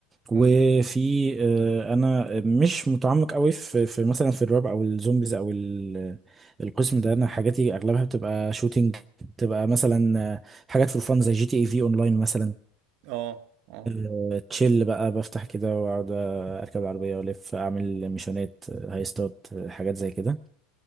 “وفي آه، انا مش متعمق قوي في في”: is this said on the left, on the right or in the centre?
Right